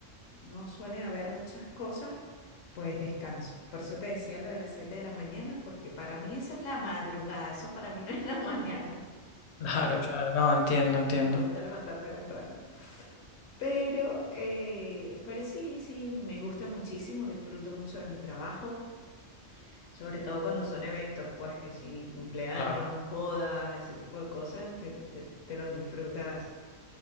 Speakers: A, on the left; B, on the left.
A: no suelen haber muchas cosas, pues descanso. Por eso te decía lo de las 7 de la mañana, porque para mí esa es la madrugada, eso para mí no es la mañana.
B: <laughs> claro, claro. No, entiendo,
A: <laughs>
B: entiendo.
A: Me cuesta levantarme temprano. Pero, eh, pero sí, sí, me gusta muchísimo, disfruto mucho de mi trabajo, sobre todo cuando son eventos, pues que sí, cumpleaños,
B: Claro,
A: bodas, ese tipo de cosas, te, te te los disfrutas